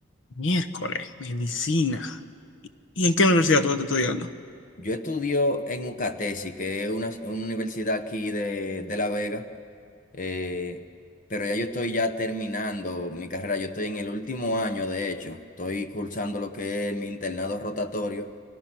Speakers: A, on the left; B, on the left.
A: Miércoles, medicina. ¿Y en qué universidad tú estás estudiando?
B: Yo estudio en UCATESI, que es una, una universidad aquí de, de La Vega, eh, pero ya yo estoy ya terminando mi carrera, yo estoy en el último año, de hecho, estoy cursando lo que es mi internado rotatorio